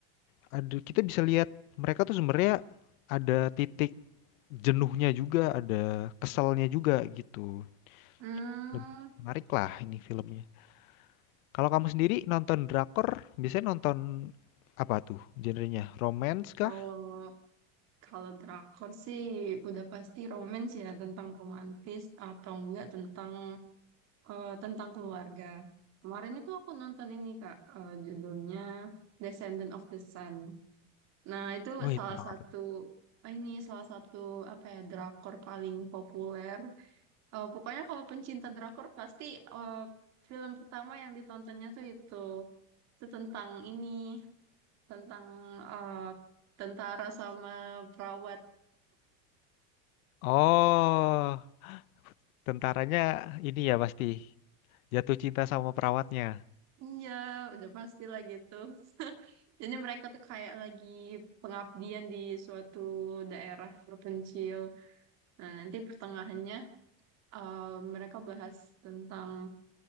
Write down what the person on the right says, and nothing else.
Hmm,
kalau
kalau drakor sih udah pasti romance ya tentang romantis atau enggak tentang eh, tentang keluarga. Kemarin itu aku nonton ini Kak, eh, judulnya Descendant of the Sun. Nah, itu
salah
satu
Oh, ini salah satu apa ya drakor paling populer Eh, pokoknya kalau pencinta drakor pasti eh, film pertama yang ditontonnya tuh itu itu tentang ini tentang eh, tentara sama perawat.
Iya, udah pasti lah gitu. <laughs> Jadi mereka tuh kayak lagi pengabdian di suatu daerah terpencil. Nah, nanti pertengahannya eh, mereka bahas tentang